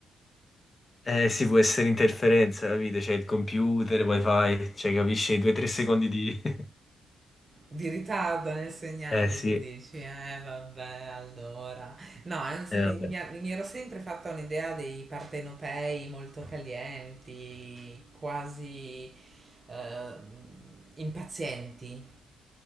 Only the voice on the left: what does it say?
Eh sì, può essere interferenza, capite? C'è il computer, wifi, cioè capisci? Due o tre secondi di... <laughs>
Eh sì,
eh,
vabbè.